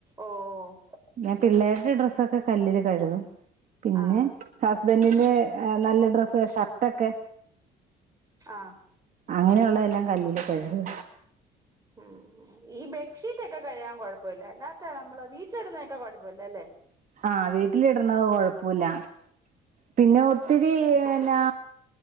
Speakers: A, on the right; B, on the right.
A: ഓഹ്
B: ഞാൻ പിള്ളേരുടെ ഡ്രസ്സൊക്കെ കല്ലില് കഴുകും പിന്നെ
A: ആഹ്
B: ടാസ് ഹസ്ബറിന്റെ നല്ല ഡ്രസ്സ് ഷർട്ടൊക്കെ
A: ആഹ്
B: അങ്ങനെയുള്ളതെല്ലാം കല്ലല് കഴുകും
A: ഉം ഈ ബെഡ്ഷീറ്റ് ഒക്കെ കഴുകാൻ കുഴപ്പമില്ല അല്ലാത്തെ നമ്മള് വീട്ടിലിടുന്നതൊക്കെ കുഴപ്പമില്ല ല്ലോ അല്ലേ
B: ആ വീട്ടിലിടണത് കൊഴപ്പവില്ല പിന്നെ ഒത്തിരി എന്നാ